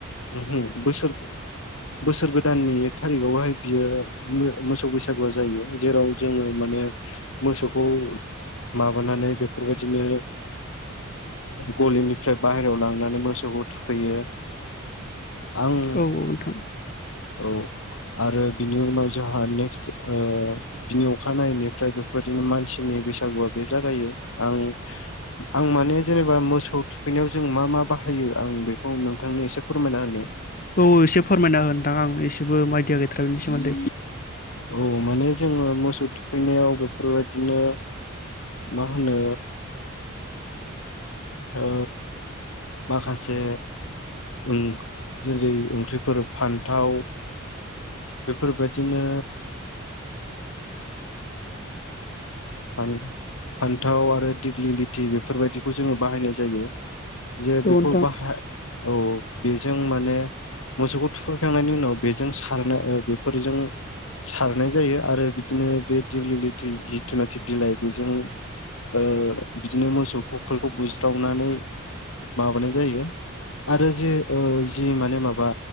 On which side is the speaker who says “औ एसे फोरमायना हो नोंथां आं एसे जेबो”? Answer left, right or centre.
Left